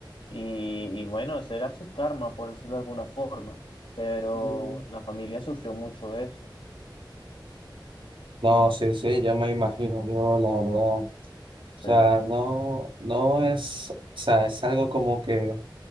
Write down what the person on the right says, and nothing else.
Mm,
No, sí, sí, ya me imagino, yo la verdad, o sea,
no, no es, o sea, es algo como que